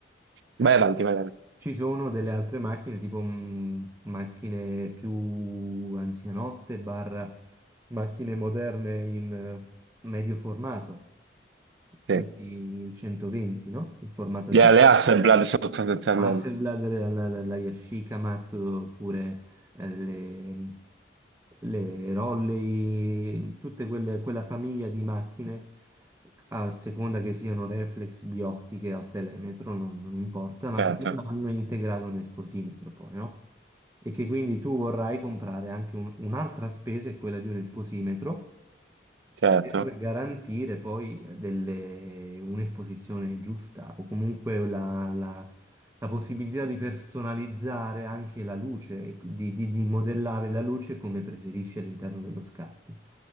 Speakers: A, on the right (about 80°); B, on the right (about 15°).
A: Vai avanti, vai avanti.
B: Ci sono delle altre macchine, tipo mh, macchine più anzianotte, barra macchine moderne in eh, medio formato, quindi
A: Sì.
B: il 120, no? Il formato
A: Yeah,
B: 120.
A: le Hasselblad sostanzialmente.
B: Hasselblad, la, la, la la Yashikamat, oppure eh, le, le Rolley, tutte quelle, quella famiglia di macchine, a seconda che siano reflex, biottiche o telemetro, non, non importa, ma
A: Certo,
B: che non hanno integrato un esposimetro poi, no? e che quindi tu vorrai comprare anche un- un'altra spesa, è quella di un esposimetro,
A: certo.
B: per garantire poi eh, delle- un'esposizione giusta o comunque la, la- la possibilità di personalizzare anche la luce, e di, di- di modellare la luce come preferisci all'interno dello scatto.